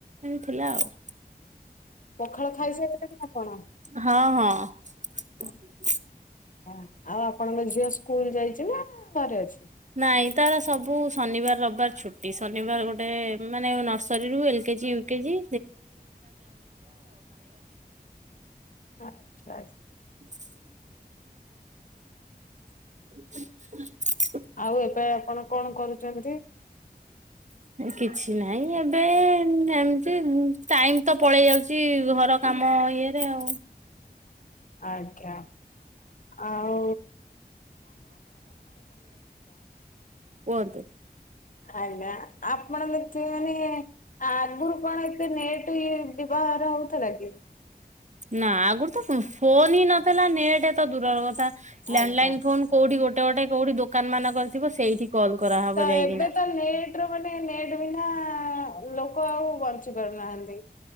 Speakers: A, on the right; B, on the left.
A: ।
B: ପଖାଳ ଖାଇସାରିଲେଣି ଆପଣ?
A: ହଁ <inaudible>
B: ଆ ଆଉ ଆପଣଙ୍କ ଝିଅ ସ୍କୁଲ ଯାଇଚି ନା ଘରେ ଅଛି?
A: ନାଇଁ ତାର ସବୁ ଶନିବାର ରବିବାର ଛୁଟି ଶନିବାର ଗୋଟେ ମାନେ ନର୍ସରିରୁ ଏଲ କେ ଜି
B: ଆଚ୍ଛା ଆଛା।
A: ହୁଁ। <inaudible>
B: ଆଉ ଏତେ କଣ କଣ କରୁଚନ୍ତି?
A: କିଛି ନାହିଁ ଏବେ ଏମିତି ଟାଇମ୍ ତ ପଳେଇ ଯାଉଛି ଘର କାମ ଇଏରେ ଆଉ।
B: ଆଜ୍ଞା। ଆଉ।
A: କୁହନ୍ତୁ।
B: ଆଜ୍ଞା ଆପଣ ମତେ ମାନେ ଆଗରୁ କଣ ଏତେ ନେଟ କର ହଉଥିଲା କି?
A: ନା ଆଗରୁ ତ ଫୋନ ହିଁ ନଥିଲା ନେଟ ଏତ ଦୂରର କଥା। ଲ୍ୟାଣ୍ଡଲାଇନ
B: ଆଜ୍ଞା
A: ଫୋନ କୋଉଠି ଗୋଟେ ଗୋଟେ କୋଉଠି ଦୋକାନମାନଙ୍କ ରେ ଥିବ ସେଇଠି କଲ୍ କରାହବ
B: ତ
A: ଯାଇକିନା।
B: ଏବେ ତ ନେଟ ର ମାନେ ନେଟ୍ ବିନା ଲୋ ଲୋକ ଆଉ ବଞ୍ଚି ପାରୁନାହାନ୍ତି।